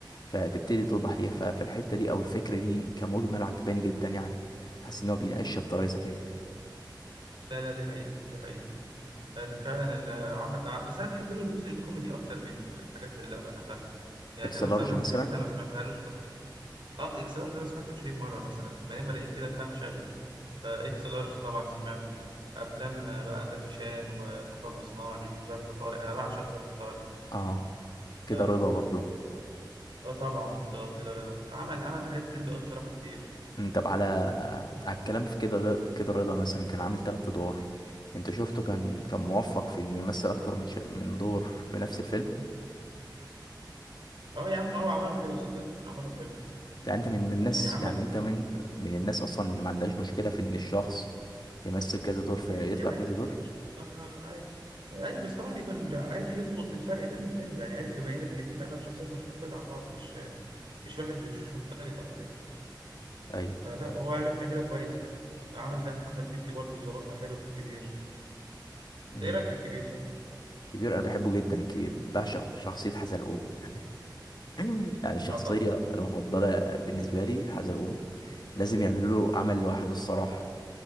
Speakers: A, on the left; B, on the right.
A: فتبتدي توضح ليها ففي الحتة دي أو الفكرة دي كمجمل عجباني جدا يعني حاسس إن هو بيناقشها بطريقة ذكية
B: لا لا دي حقيقة دي حقيقة ال- فعلا العمل ع- بس انا بحب له الجزء الكوميدي اكتر من الحاجات اللي بحبها يعني
A: إكس
B: انا
A: لارج
B: بصراحة
A: مثلا
B: في حاجات انا ما سمعتهالوش اصلا اه اكس لارج ده انا سمعته 20 مرة مثلا ما لما لقيت كده فاهم شغل فاكس لارج طبعا سمعته افلام آه، بقى زكي شان ومطب صناعي وظرف طارق انا بعشق ظرف طارق
A: أه كده
B: اه,
A: رضا برضو
B: آه طبعا آه كده رضا فعمل عمل حاجات جامدة قوي بصراحة كتير
A: مم، طب على على الكلام في كده ل- كده رضا مثلا كان عامل تلات ادوار انت شفته كان كان موفق في انه يمثل اكتر من ش... من دور في نفس الفيلم
B: اه يا عم اه عملهم حلو صدقني عملهم حلو
A: يعني انت من من الناس
B: يعني عمل
A: يعني انت من من الناس اصلا اللي ما عندهاش مشكلة في ان الشخص يمثل كذا دور في
B: عادي
A: يطلع
B: عادي
A: بكذا دور
B: ايه المشكلة لا لا لا عادي عادي بس طبعا يكون عارف يظبط الفرق بينهم حلو يعني عارف يبين لك ان دي فعلا شخصيات مستقلة عن بعض مش مش واحد بوشوش مختلفة او حاجة
A: ايوه
B: فلا
A: ت-
B: وهو عارف يعملها كويس يعني عمل زي احمد مكي برضه ظبطها حلو في الكبير
A: مم.
B: إنت ايه رايك في الكبير صح؟
A: كبير انا بحبه جدا الكبير بعشق شخصية حزلقوم <clears throat> <laughs> يعني الشخصية
B: اه طبعا
A: المفضلة بالنسبة لي حزلقوم لازم يعملوا له عمل لوحده الصراحة